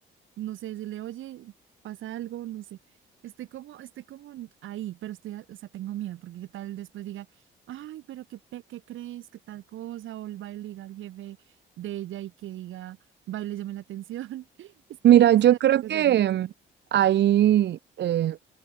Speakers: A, on the right; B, on the right.
A: no sé, decirle, oye, pasa algo, no sé. Estoy como, estoy como en- ahí, pero estoy, a- o sea, tengo miedo, porque qué tal después diga, ay, pero qué, pe- qué crees, qué tal cosa, o el baile diga al jefe de ella y que diga, baile, llame la atención. <laughs> Estoy,
B: Mira,
A: estoy
B: yo
A: acá
B: creo
A: pensando,
B: que mm, ahí, eh,